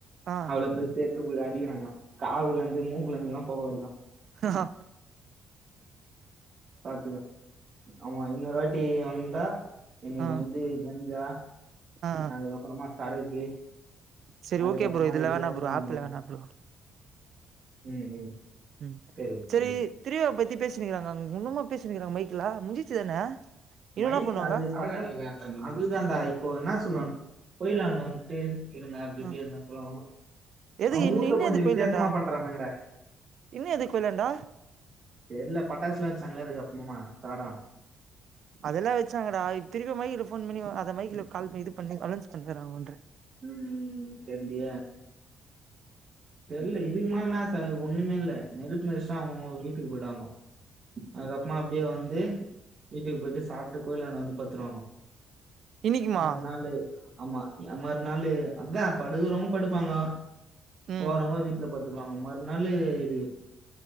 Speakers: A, on the right (about 65°); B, on the right (about 45°).
A: ஆ ஆ
B: அவ்ளோ பெருசு இட்டுபோய் அடிக்கிறாங்களா காதுல இருந்து மூக்குல இருந்தலா பொக வருதா
A: ஆ
B: பாத்துக்க அவுங்க இன்னொரு வாட்டி வந்தா இன்னைக்கு
A: ஆ
B: வந்து கஞ்சா
A: ஆ
B: அதுக்கப்பறமா சரக்கு
A: செரி
B: அதுக்கப்புறமா
A: ஓகே ப்ரோ இதுல
B: இதெல்லாம்
A: வேணா
B: எடுத்துன்னு
A: ப்ரோ ஆப்ல
B: வரணும்
A: வேணா ப்ரோ
B: ம் ம்
A: ம்
B: சரி
A: செரி
B: சரி
A: திருவிழா பத்தி பேசினிக்கிறாங்க அங்க உன்னமா பேசினிக்கிறாங்க மைக்ல முஞ்சிச்சு தான இன்னு
B: மைக்
A: என்ன பண்ணுவாங்க
B: அது அதுதான்டா இப்போ என்னா சொல்றானுங்க கோயிலான்ட வந் டேஸ் இருங்க அப்டிஅப்டியே
A: ஆ
B: எல்லா சொல்லவாங்க
A: எதுக்கு
B: அவுங்க
A: இன்
B: ஊர்ல
A: இன்னு
B: கொஞ்சோ
A: எதுக்கு
B: வித்யாசமா
A: கோயிலாண்ட
B: பண்றானுங்கடா
A: இன்னு எதுக்கு கோயிலாண்ட
B: தெர்ல பட்டாசுலா வெட்ச்சாங்கள்ள அதுக்கு அப்றமா சாரோ
A: அதெல்லா வச்சாங்கடா திருப்பி மைக்ல போன் பண்ணி அத மைக்ல கால் ப இது பண்ணி அலொன்ஸ் பண்ணுறாங்கோன்ற
B: ம்ம்ம் தெர்லிய தெர்ல இதுக்கு மேல்னா ச ஒன்னுமே இல்ல நெருப்பு மிதிச்டா அவுங்க அவுங்க வீட்டுக்கு போய்டுவாங்கோ அதுகப்மா அப்டியே வந்து வீட்டுக்கு போயிட்டு சாப்ட்டு கோயிலாண்ட வந்து பத்துருவாங்கோ
A: இன்னிக்குமா
B: மறுநாளு ஆமா எ மறுநாளு அதா படுகுறவங்க படுப்பாங்கோ
A: ம்
B: போறவுங்க வீட்ல பத்துப்பாங்க மறுநாளு இது